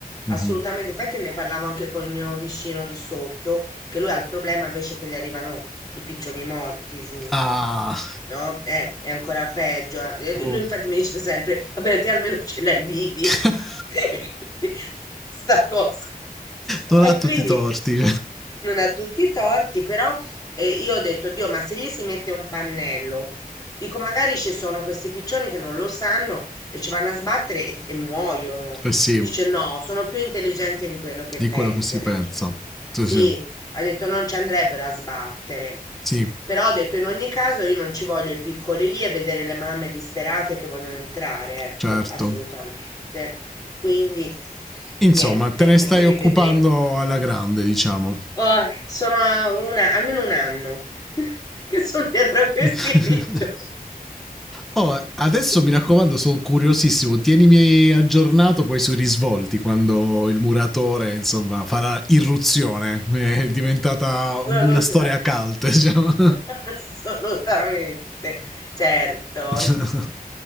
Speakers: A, on the left (about 25°); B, in the centre.
A: assolutamente.
B: mhm.
A: Infatti ne parlavo anche col mio vicino di sotto, che lui ha il problema invece che gli arrivano i piccioni morti giù.
B: Ah,
A: No? Eh, è ancora peggio. Eh,
B: Oh.
A: Lui infatti mi dice sempre, vabbè, te almeno ce l'hai vivi.
B: <laughs>
A: <laughs> Sta cosa.
B: non
A: E
B: ha tutti
A: quindi
B: i torti.
A: non ha tutti i torti, però eh, io ho detto, Dio, ma se gli si mette un pannello, dico, magari ci sono questi piccioni che non lo sanno e ci vanno a sbattere e, e muoiono.
B: Eh sì,
A: Dice, no, sono più intelligenti di quello che
B: di
A: pensi,
B: quello che si
A: ha detto.
B: pensa. Sì,
A: Sì,
B: sì.
A: ha detto, non ci andrebbero a sbattere.
B: Sì,
A: Però ho detto in ogni caso io non ci voglio i piccoli lì e vedere le mamme disperate che vogliono entrare, ecco,
B: certo.
A: assolutamente. Quindi
B: Insomma,
A: niente,
B: te ne
A: e
B: stai
A: quindi
B: occupando
A: vedremo.
B: alla grande, diciamo.
A: Oh, sono a una- almeno un anno <laughs> che sono dietro a questi
B: <laughs>
A: piccioni.
B: oh,
A: <laughs>
B: adesso mi raccomando, sono curiosissimo. Tienimi aggiornato poi sui risvolti quando il muratore insomma farà irruzione. È diventata
A: Assolutamente.
B: una storia cult. Diciamo.
A: <laughs> Assolutamente, certo.
B: <laughs>